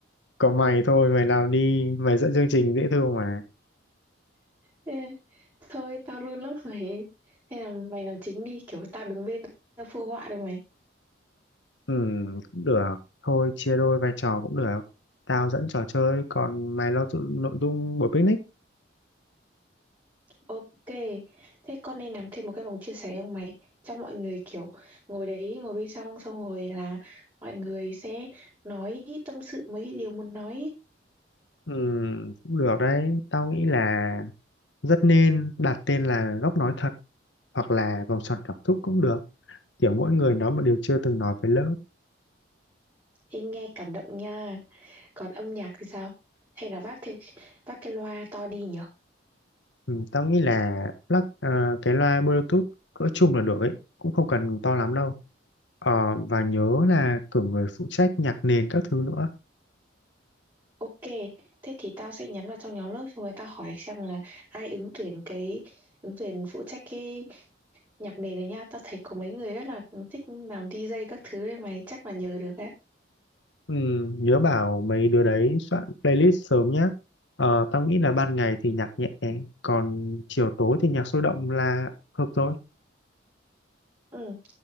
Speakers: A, on the left (about 70°); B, on the right (about 20°).
A: có mày thôi mày làm đi mày dẫn chương trình dễ thương mà
B: Ê, thôi tao run lắm mày Hay là mày làm chính đi Kiểu tao đứng bên tao phụ họa rồi mày
A: Ừ, cũng được. Thôi chia đôi vai trò cũng được. Tao dẫn trò chơi, còn mày lo dụ- nội dung buổi picnic.
B: Ok Thế con nên làm thêm một cái vòng chia sẻ không mày Cho mọi người kiểu ngồi đấy Ngồi bên trong xong rồi là Mọi người sẽ nói tâm sự Mấy cái điều muốn nói
A: Ừ, cũng được đấy. Tao nghĩ là rất nên đặt tên là góc nói thật hoặc là vòng tròn cảm xúc cũng được. Kiểu mỗi người nói một điều chưa từng nói với lớp.
B: Ê, nghe cảm động nha Còn âm nhạc thì sao Hay là vác thêm vác cái loa to đi nhở
A: Ừ, tao nghĩ là plug ờ, cái loa Bluetooth cỡ chung là được ấy. Cũng không cần to lắm đâu. Ờ, và nhớ là cử người phụ trách nhạc nền các thứ nữa.
B: Ok Thế thì tao sẽ nhắn vào trong nhóm lớp Xong rồi tao hỏi xem là ai ứng tuyển cái Ứng tuyển phụ trách cái nhạc nền này nha tao thấy có mấy người rất là thích làm DJ các thứ đấy mày chắc là nhớ được đấy
A: Ừ, nhớ bảo mấy đứa đấy soạn playlist sớm nhé Ờ, tao nghĩ là ban ngày thì nhạc nhẹ, còn chiều tối thì nhạc sôi động là hợp rồi.
B: ừ